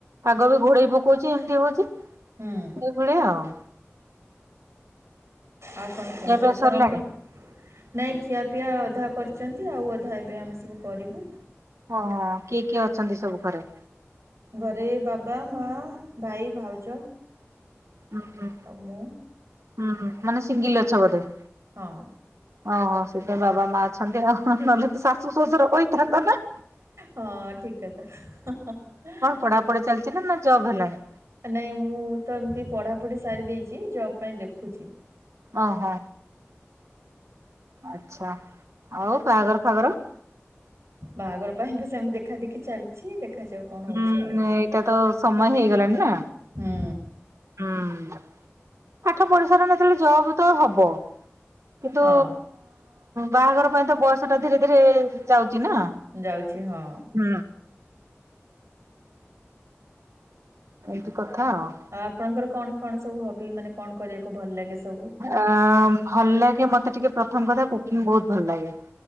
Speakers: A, on the right; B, on the right.
A: ପାଗବି ଘୋଡେଇ ପକଉଛି ଏମତି ହଉଛି ସେଇଭଳିଆ
B: ହୁଁ
A: ଆଉ।
B: ଆଉ କଣ କୁହନ୍ତୁ
A: ଖିଆ ପିଆ
B: ଆପଣଙ୍କର?
A: ସରିଲାଣି
B: ନାଇଁ ଖିଆପିଆ ଅଧା କରିଛନ୍ତି ଆଉ ଅଧା ଏବେ ଆମେ ସବୁ କରିବୁ।
A: ହଁ କିଏ କିଏ ଅଛନ୍ତି ସବୁ ଘରେ?
B: ଘରେ ବାବା ମା ଭାଇ ଭାଉଜ।
A: ହୁଁ ହୁଁ।
B: ଆଉ ମୁଁ।
A: ଉ ହୁଁ ମାନେ ସିଙ୍ଗିଲ ଅଛ ବୋଧେ?
B: ହଁ।
A: ଓହୋ ସେଥିଇଁ ବାବା ମା ଅଛନ୍ତି ନହେଲେ ତ ଶାଶୁ ଶ୍ୱଶୁର କହିଥାନ୍ତା ନା?
B: ହଁ ଠିକ କଥା <unintelligible>
A: ପଢା ପଢି ଚାଲିଛି ନା ଜବ୍ ହେଲାଣି?
B: ନାଇଁ ମୁଁ ତ ଏମିତି ପଢ଼ାପଢ଼ି ସାରି ଦେଇଛି ଜବ ପାଇଁ ଦେଖୁଛି।
A: ଓହୋ ଆଛା ଆଉ ବାହାଘର ଫାଘର?
B: ବାହାଘର ପାଇଁ ତ ସେମିତି ଦେଖା ଦେଖି ଚାଲିଛି ଦେଖାଯାଉ। କଣ ହଉଛି
A: ହୁଁ
B: ଆଉ।
A: ଉ ଏଇଟା ତ ସମୟ ହେଇଗଲାଣି ନା?
B: ହୁଁ
A: ହୁଁ ପାଠ ପଡିଶାର ଯେତେବେଳେ ଜବ ତ ହବ। କିନ୍ତୁ
B: ହଁ
A: ବାହାଘର ପାଇଁ ତ ବଇସା ଟା ଧୀରେ ଧୀରେ ଯାଉଛି ନା?
B: ଯାଉଛି ହଁ।
A: ହୁଁ। ଏମତି କଥା ଆଉ।
B: ଆଉ ଆପଣଙ୍କର କଣ କଣ ସବୁ ହବି ମାନେ କଣ କରିବାକୁ ଭଲ ଲାଗେ ସବୁ?
A: ଆ ଭଲ ଲାଗେ ମତେ ଟିକେ ପ୍ରଥମ କଥା କୁକିଂ ବହୁତ ଭଲ ଲାଗେ